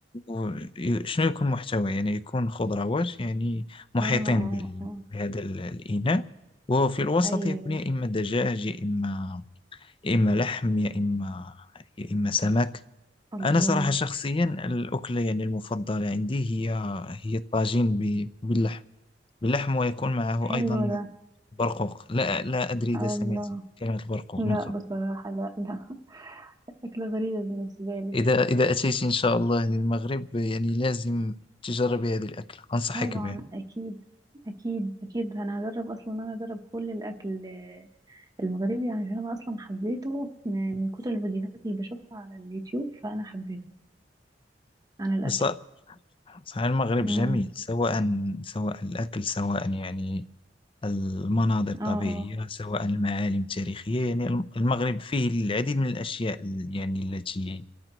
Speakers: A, on the left; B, on the right.
A: و- ي- شنو يكون محتوى يعني يكون خضروات يعني محيطين
B: اه اه
A: بال-
B: اه
A: بهذا ال- الإناء وفي الوسط
B: ايوه
A: يكون يا إما دجاج يا إما يا إما لحم يا إما يا إما سمك
B: الله
A: أنا صراحة شخصيا الأكلة يعني المفضلة عندي هي هي الطاجين ب- باللحم باللحم ويكون معه
B: حلو
A: أيضا
B: ده
A: برقوق لا لا أدري إذا
B: الله
A: سمعت كلمة البرقوق
B: لا
A: من قبل
B: بصراحة لا لا <laughs> أكلة غريبة بالنسبة لي
A: إذا إذا أتيت إن شاء الله للمغرب يعني لازم تجربي هذه الأكلة أنصحك
B: طبعا
A: بها
B: أكيد أكيد أكيد أنا هجرب أصلا أنا أجرب كل الأكل المغربي يعني، عشان انا اصلا حبيته م- من كتر الفيديوهات اللي بشوفها على اليوتيوب فانا حبيته عن الاكل
A: بص- صحيح المغرب
B: امم
A: جميل سواء سواء الأكل سواء يعني المناظر الطبيعية
B: اه اه
A: سواء المعالم التاريخية يعني الم- المغرب فيه العديد من الأشياء ال- يعني التي